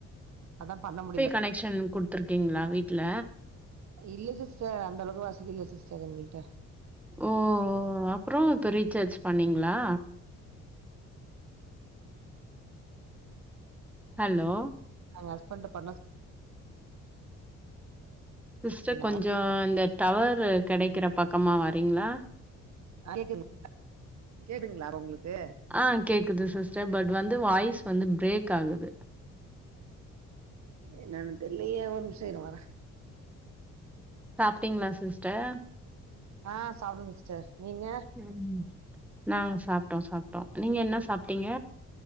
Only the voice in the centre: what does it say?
கனெக்ஷ்ன் குடுத்துருக்கீங்களா வீட்ல
ஓ அப்றோ இப்ப ரீசார்ஜ் பண்ணீங்ளா ஹலோ
சிஸ்டர்
கொஞ்சோ இந்த டவர்ரு கெடைக்கிற பக்கமா வரீங்ளா
ஆ கேக்குது சிஸ்டர் பட் வந்து வாய்ஸ் வந்து பிரேக் ஆகுது
சாப்ட்டீங்ளா சிஸ்டர்
ம் நாங்க சாப்ட்டோ சாப்ட்டோ நீங்க என்ன சாப்ட்டீங்க